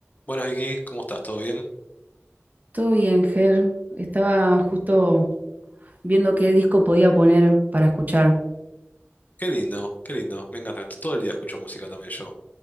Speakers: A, on the left; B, on the right.
A: Buenas Vicky, ¿cómo estás? ¿Todo bien?
B: Todo bien, Ger. Estaba justo viendo qué disco podía poner para escuchar.
A: Qué lindo, qué lindo, me encanta. Todo el día escucho música también yo,